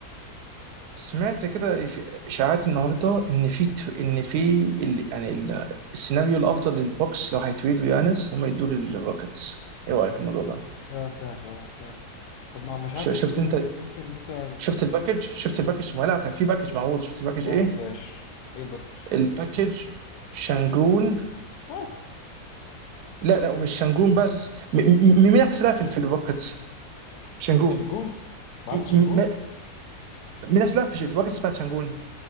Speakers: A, on the right; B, on the left.
A: سمعت كده في اشاعات النهارده ان في ان في ال- يعني ال- السيناريو الافضل للبوكس لو هيتريدوا يانس هم يدوا للروكيتس ايه رايك في الموضوع ده؟
B: اه سمعت اه سمعت طب ما مش
A: ش-
B: عارف هيتردوه
A: شفت انت
B: بمين ممكن مثلا
A: شفت الباكج شفت الباكج ما لا كان في باكج معروض شفت الباكج
B: لا
A: ايه؟
B: مش شفتهاش ايه الباكج؟
A: الباكج شانجون
B: وات
A: لا لا ومش شانجون بس م- م- مين احسن لاعب في في الروكيتس؟ شانجون
B: شنجون بعد
A: م-
B: شنجون
A: م- مين اصلا في في باكج اسمها تشانجون